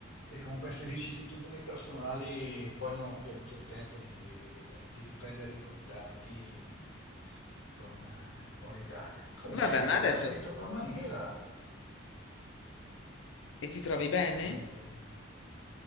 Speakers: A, on the left; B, on the left.
A: e con queste vicissitudini personali poi non ho più avuto il tempo di, di riprendere i contatti con, eh, con l'Italia. Comunque
B: Vabbè,
A: sì, mi
B: ma
A: sono
B: adesso...
A: trasferito con Manila
B: E ti trovi bene?
A: eh,